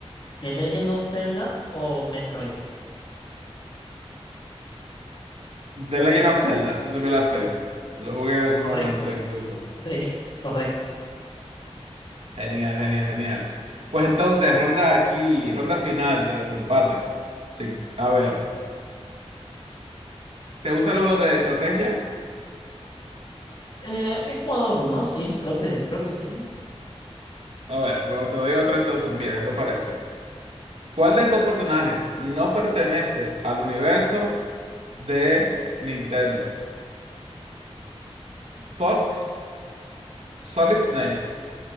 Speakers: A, on the left; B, on the right.
A: The Legend of Zelda o Metroid.
B: The Legend of Zelda, eso sí me la sé. Lo jugué en su
A: Correcto,
B: momento incluso.
A: sí, correcto.
B: Genial, genial, genial. Pues entonces, ronda aquí, ronda final de desempate. Sí, a ver, ¿te gustan los juegos de estrategia?
A: Eh, he jugado algunos, sí, creo que, creo que sí.
B: A ver, bueno, te doy otra entonces, mira, ¿qué te parece? ¿Cuál de estos personajes no pertenece al universo de Nintendo? Fox, Solid Snake,